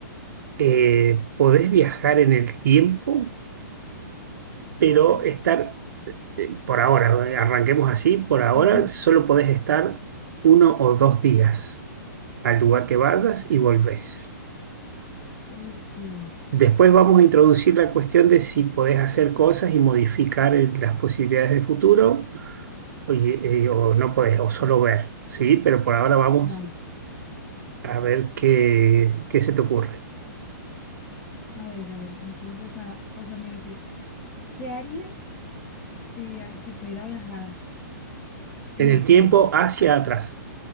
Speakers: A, on the right (about 70°); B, on the left (about 20°).
A: eh, podés viajar en el tiempo, pero
B: Mm.
A: estar, eh, por ahora, eh, arranquemos así, por ahora
B: <laughs>
A: solo podés estar uno o dos días al lugar que vayas y volvés?
B: Ok,
A: Después vamos a introducir la cuestión de si podés hacer cosas y modificar eh, las posibilidades de futuro o, y- eh, o no podés, o solo ver, ¿sí? Pero por ahora vamos
B: dale.
A: a ver qué, qué se te ocurre.
B: A ver, a ver, entonces, ah, o sea, me dices, ¿qué harías si, via- si pudiera viajar en
A: En el
B: el
A: tiempo
B: tiempo
A: hacia atrás.